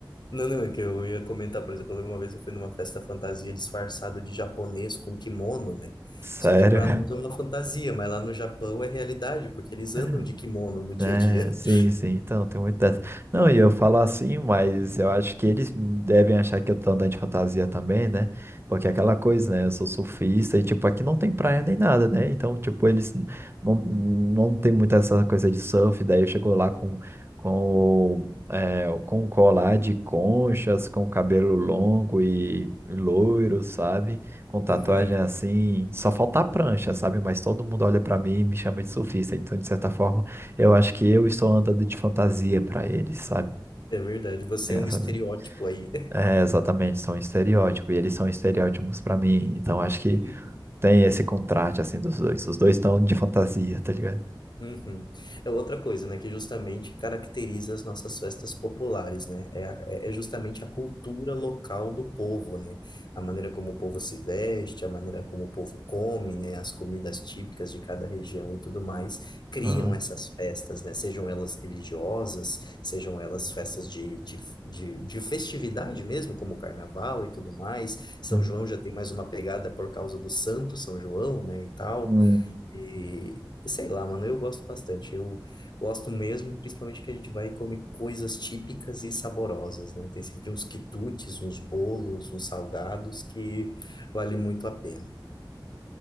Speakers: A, on the left; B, on the right.
A: não, não, é que eu ia comentar, por exemplo, uma vez eu fui numa festa fantasia disfarçado de japonês com kimono, né?
B: Sério.
A: Só que para nós é uma fantasia, mas lá no Japão é realidade, porque eles
B: <laughs>
A: andam de kimono no dia
B: É,
A: a dia.
B: sim,
A: <laughs>
B: sim, então tem muito dessa. Não, e eu falo assim, mas eu acho que eles devem achar que eu tô andando de fantasia também, né? Porque é aquela coisa, né? Eu sou surfista e, tipo, aqui não tem praia nem nada, né? Então, tipo, eles n- não, não tem muita essa coisa de surf. Daí eu chego lá com, com, é, com um colar de conchas, com cabelo longo e loiro, sabe? Com tatuagem
A: Uhum.
B: assim. Só falta a prancha, sabe? Mas todo mundo olha pra mim e me chama de surfista. Então, de certa forma. Eu acho que eu estou andando de fantasia pra eles, sabe?
A: É verdade, você
B: É,
A: é um
B: sabe?
A: estereótipo
B: né?
A: aí.
B: É, exatamente, são estereótipos, e eles são estereótipos pra mim, então acho que
A: <laughs>
B: tem esse contraste, assim, dos dois. Os dois estão de fantasia, tá ligado?
A: Uhum. É outra coisa, né, que justamente caracteriza as nossas festas populares, né? É, a- é é justamente a cultura local do povo, né? A maneira como o povo se veste, a maneira como o povo come, né? As comidas típicas de cada região e tudo mais criam
B: Aham,
A: essas festas, né? Sejam elas religiosas, sejam elas festas de, de, de, de festividade mesmo, como o carnaval e tudo mais. São
B: uhum.
A: João já tem mais uma pegada por causa do Santo São João, né? E tal.
B: Hum.
A: E sei lá, mano, eu gosto bastante. Eu gosto mesmo, principalmente que a gente vai e come coisas típicas e saborosas, né? Tem sempre uns quitutes, uns bolos, uns salgados que vale muito a pena.